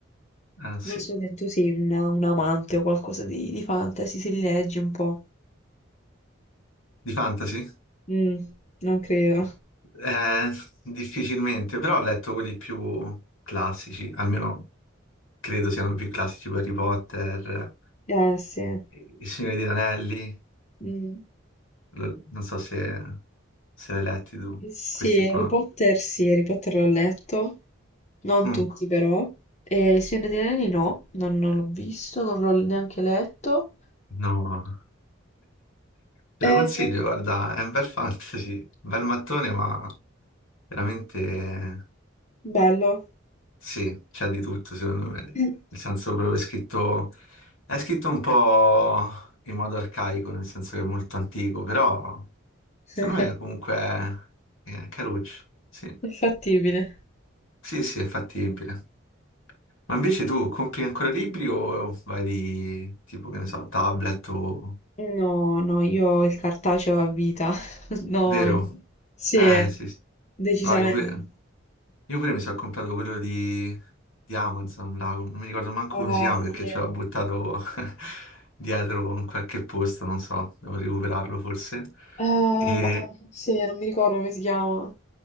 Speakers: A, on the left; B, on the left.
A: Ah, sì.
B: Non so se tu sei un, un amante o qualcosa di, di fantasy, se li leggi un po'.
A: Di fantasy?
B: Mm, non credo.
A: Eh, difficilmente, però ho letto quelli più classici, almeno. credo siano più classici tipo Harry Potter,
B: Eh sì.
A: eh, Il Signore degli Anelli,
B: Mm.
A: lo- non so se, se l'hai letti tu,
B: Sì,
A: questi
B: Harry
A: qua.
B: Potter sì, Harry Potter l'ho letto, non
A: Mm,
B: tutti però. E Il Signore degli Anelli no, non, non l'ho visto, non l'ho neanche letto.
A: no, te
B: Eh,
A: lo consiglio, guarda, è un bel fantasy, bel mattone, ma veramente eh,
B: bello.
A: sì, c'è di tutto secondo me.
B: <laughs>
A: Nel senso proprio è scritto, è scritto un po' in modo arcaico, nel senso che è molto antico, però
B: È
A: secondo me comunque è, è caruccio, sì.
B: fattibile.
A: Sì, sì, è fattibile. Ma invece tu compri ancora libri o vai di tipo, che ne so, tablet o...
B: No, no, io ho il cartaceo a vita. <laughs> No,
A: Vero?
B: sì,
A: Eh, sì, sì.
B: decisamente.
A: No, io pure, io pure mi sono comprato quello di, di Amazon, là, non mi ricordo manco
B: Ah,
A: come si chiama
B: sì.
A: perché ce l'ho buttato <laughs> dietro in qualche posto, non so, devo recuperarlo forse.
B: Ah,
A: E,
B: madonna, sì, non mi ricordo come si chiama.